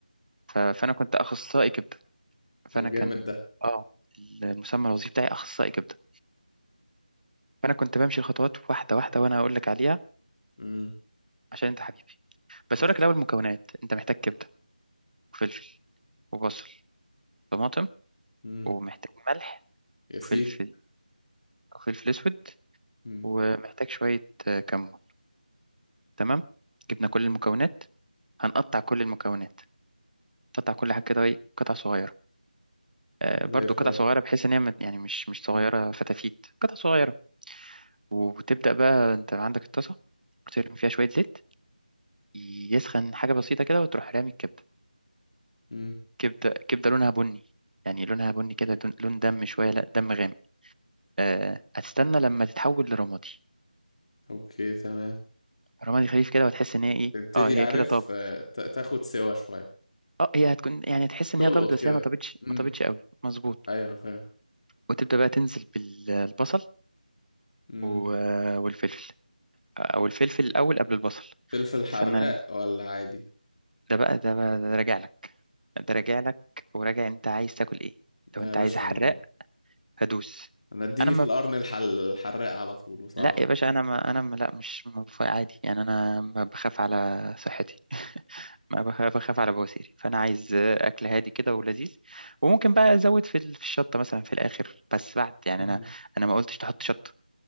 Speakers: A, on the right; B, on the left.
A: ف- فأنا كنت أخصائي كبدة فأنا
B: طب
A: كان
B: جامد ده
A: آه المسمى الوظيفي بتاعي أخصائي كبدة فانا كنت بمشي الخطوات واحده واحده وانا هقول لك عليها
B: امم
A: عشان انت حبيبي بس
B: ماشي
A: اقول لك الاول المكونات انت محتاج كبده وفلفل وبصل طماطم
B: امم
A: ومحتاج ملح
B: يا سيدي
A: وفلفل وفلفل اسود
B: امم
A: ومحتاج شويه آه، كمون تمام جبنا كل المكونات هنقطع كل المكونات تقطع كل حاجه كده ايه قطع صغيره آه، برضو
B: زي الفل
A: قطع صغيره بحيث ان هي مت- يعني مش مش صغيره
B: مم.
A: فتافيت قطع صغيره وتبدا بقى انت عندك الطاسه وترمي فيها شويه زيت يسخن حاجه بسيطه كده وتروح رامي الكبده
B: مم.
A: كبدة كبدة لونها بني يعني لونها بني كده دون- لون دم شوية لا دم غامق آه هتستنى لما تتحول لرمادي
B: اوكي تمام
A: رمادي خفيف كده وتحس ان هي ايه
B: تبتدي
A: اه هي
B: عارف
A: كده طابت
B: آه، ت- تاخد سوا شوية
A: اه هي هتكون يعني تحس ان
B: تلقط
A: هي طابت بس
B: كده
A: هي ما طابتش
B: امم
A: ما طابتش قوي مظبوط
B: ايوه فاهم
A: وتبدأ بقى تنزل بالبصل
B: امم
A: و- والفلفل او الفلفل الاول قبل البصل
B: فلفل حراق
A: تستنى لما
B: ولا عادي
A: ده بقى ده بقى ده راجع لك ده راجع لك وراجع انت عايز تاكل ايه لو
B: لا
A: انت
B: يا باشا
A: عايز حراق
B: انا
A: هدوس
B: انا اديني
A: انا
B: في القرن الحل... الحراق على طول بصراحة
A: لا يا باشا انا ما انا ما لا مش ما بف- عادي يعني انا ما بخاف على صحتي <laughs> ما بخ- بخاف على بواسيري فانا عايز اكل هادي كده ولذيذ وممكن بقى ازود في ال- في الشطه مثلا في الاخر بس بعد يعني
B: امم
A: انا انا ما قلتش تحط شطه